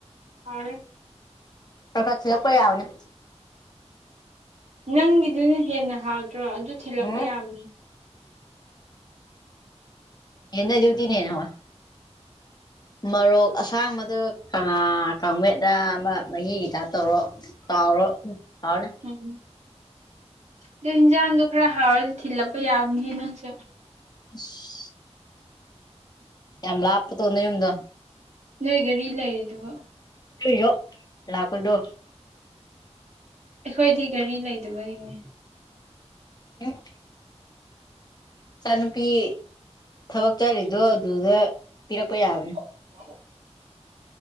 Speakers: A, on the right (about 75°); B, on the left (about 35°).
A: ꯍꯥꯎꯔꯦ
B: ꯈꯔ ꯈꯔ ꯊꯤꯜꯂꯛꯄ ꯌꯥꯕꯅꯦ
A: ꯅꯪꯒꯤꯗꯨꯅ ꯍꯦꯟꯅ ꯍꯥꯎꯇ꯭ꯔꯣ ꯑꯗꯨ ꯊꯤꯜꯂꯛꯄ
B: ꯎꯝ
A: ꯌꯥꯕꯅꯦ
B: ꯌꯦꯟꯗꯗꯤ ꯎꯠꯇꯤꯅ ꯍꯦꯟꯅ ꯍꯥꯎꯋꯦ ꯃꯔꯣꯛ ꯑꯁꯥꯡꯕꯗꯨ ꯑ ꯀꯥꯡꯃꯦꯠꯂ ꯑꯃ ꯃꯍꯤꯒꯤ ꯇꯥꯏꯞ ꯇꯧꯔꯣ ꯇꯥꯎꯔꯣ ꯍꯥꯎꯔꯅꯤ
A: ꯎꯝ ꯑꯗꯨ ꯏꯟꯖꯥꯡꯗꯣ ꯈꯔ ꯍꯥꯎꯔꯗꯤ ꯊꯤꯜꯂꯛꯄ ꯌꯥꯕꯅꯤꯍꯦ ꯅꯪꯁꯨ
B: ꯑꯁ <inaudible> ꯌꯥꯝ ꯂꯥꯞꯄꯇꯣ ꯅꯌꯨꯝꯗꯣ
A: ꯅꯣꯏ ꯒꯥꯔꯤ ꯂꯩꯔꯤꯗꯨꯕ
B: ꯑꯗꯨꯏꯖꯨ ꯂꯥꯛꯄꯗꯣ
A: ꯑꯩꯈꯣꯏꯗꯤ ꯒꯔꯤ ꯂꯩꯇꯕꯒꯤꯅꯦ
B: <unintelligible> ꯏꯆꯥꯅꯨꯄꯤ ꯊꯕꯛ ꯆꯔꯤꯗꯣ ꯑꯗꯨꯗ ꯄꯤꯔꯛꯄ ꯌꯥꯕꯅꯤ
A: <unintelligible>